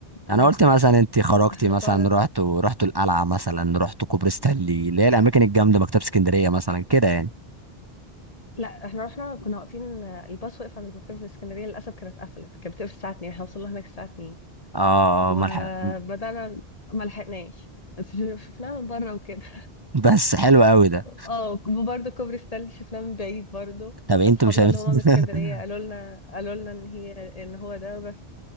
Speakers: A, on the left; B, on the right.
A: بس
B: انا قلت مثلا انت خرجتي
A: <laughs>
B: مثلا
A: فعلا
B: رحت ورحت القلعه مثلا رحت كوبري ستانلي اللي هي الاماكن الجامده مكتبه اسكندريه مثلا كده يعني
A: لا احنا رحنا كنا واقفين الباص واقف عند مكتبة الاسكندرية للاسف كانت قفلت كانت بتقفل الساعة 2 احنا وصلنا هناك الساعة 2
B: اه
A: وبدأنا
B: ملحق
A: ما لحقناش بس شفناها من بره وكده
B: بس حلو قوي ده
A: اه وبرضه كوبري ستانلي شفناه من بعيد برضه
B: طب انت
A: اصحابنا
B: مش هم...
A: اللي هما من اسكندريه قالوا
B: <laughs>
A: لنا قالوا لنا ان هي ان هو ده بس